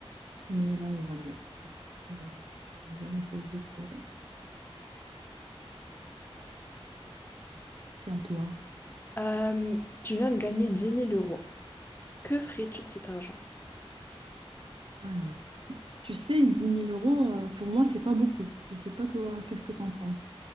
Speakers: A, on the right (about 55°); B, on the left (about 20°).
A: Mais là, elle va mieux. Donc, voilà, c'est la dernière fois où j'ai pleuré. C'est à toi.
B: Euh, tu viens de gagner dix mille euros. Que ferais-tu de cet argent?
A: Alors, si- tu sais, dix mille euros, euh, pour moi, c'est pas beaucoup. Je sais pas, toi, qu'est-ce que t'en penses?